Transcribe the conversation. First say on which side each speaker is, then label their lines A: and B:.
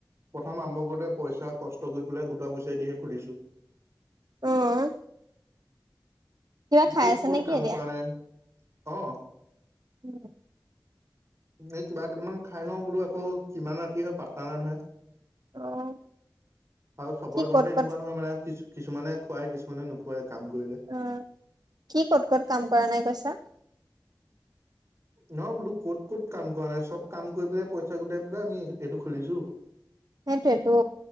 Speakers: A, on the right; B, on the right.
A: প্ৰথম আৰম্ভ কৰতে পইচা কষ্ট কৰি পেলাই গোটা পইচাই দিহে খুুলিছো।
B: অঁ। খাই
A: ক'ত-ক'ত
B: আছে নেকি
A: কাম
B: এতিয়া
A: কৰা নাই অঁ।
B: ও <unintelligible>
A: এ কিবা কেইটামান খাই লওঁ বোলো আকৌ কিমান ৰাতি হয় পাত্তা নাই নহয়।
B: অ',
A: আৰু চবৰে
B: কি ক'ত
A: ঘৰতে
B: ক'ত
A: এনেকুৱা নহয় মানে কিছু কিছুমানে খুৱাই, কিছুমানে নোখুৱাই কাম কৰিলে।
B: অঁ, কি ক'ত ক'ত কাম কৰা নাই কৈছা?
A: নহয় বোলো ক'ত ক'ত কাম কৰা নাই, চব কাম কৰি পেলাই পইচা গোটাই পেলাই আমি এইটো খুলিছো।
B: সেইটোৱেতো